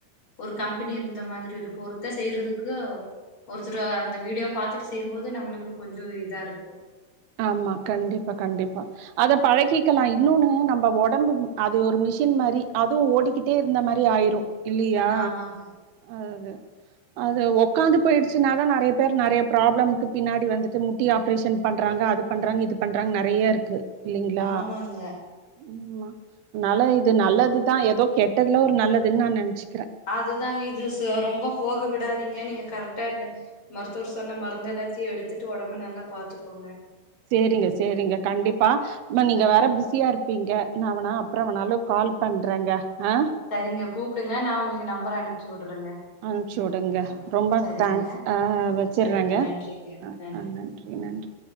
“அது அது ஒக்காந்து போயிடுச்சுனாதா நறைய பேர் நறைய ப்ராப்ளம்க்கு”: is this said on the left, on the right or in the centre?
Right